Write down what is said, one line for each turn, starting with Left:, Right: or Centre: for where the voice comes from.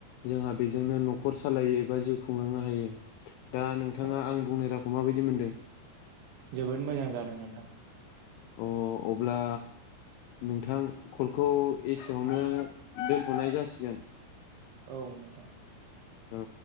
Left: जोंहा बेजोंनो न'खर सालायो एबा जिउ खुंलांनो हायो। दा नोंथाङा
Right: औ
Left: आं बुंनाय रावखौ माबायदि दि मोनदों?
Right: जोबोद मोजां जादों नोंथां।
Left: अ अब्ला नोंथां कलखौ एसेयावनो दोनथ'नाय जासिगोन।
Right: औ नोंथां।
Left: औ